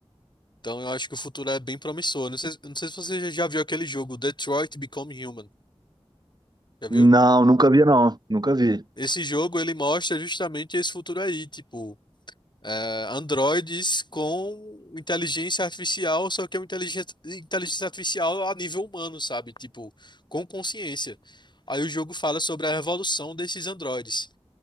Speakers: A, on the left (about 45°); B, on the right (about 40°).
A: Então eu acho que o futuro é bem promissor. Não sei, não sei se você já viu aquele jogo, Detroit Become Human. Já viu?
B: Não, nunca vi não, nunca vi.
A: Esse jogo, ele mostra justamente esse futuro aí, tipo... é, androides com inteligência artificial, só que é uma inteligência, inteligência artificial a nível humano, sabe? Tipo, com consciência. Aí o jogo fala sobre a revolução desses androides.